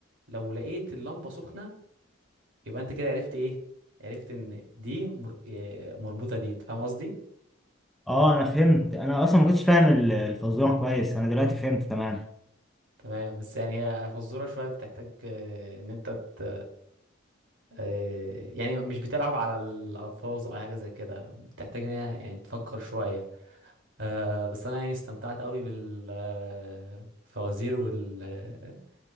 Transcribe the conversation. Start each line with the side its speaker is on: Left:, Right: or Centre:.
Right: لو لقيت اللمبة سخنة يبقى انت كده عرفت ايه عرفت ان دي مر... إيه، مربوطة دي انت فاهم قصدي
Centre: اه انا فهمت انا اصلا ما كنتش فاهم ال- الفزوره كويس انا دلوقتي فهمت تمام
Right: تمام بس يعني هي فزورة شوية بتحتاج آه، ان انت ت... آه، يعني مش بتلعب على الالفاظ او حاجة زي كده بتحتاج ان هي يعني تفكر شوية آه، بس انا يعني استمتعت قوي بالفوازير والحاجات